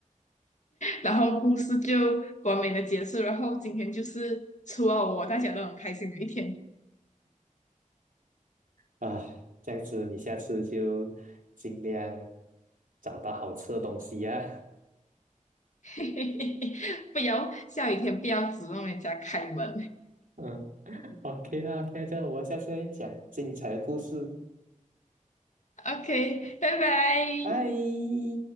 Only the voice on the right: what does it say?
唉，这样子你下次就尽量找到好吃的东西呀、
<laughs> 嗯，OK 啦，OK，这样我们下次再讲精彩的故事，
拜。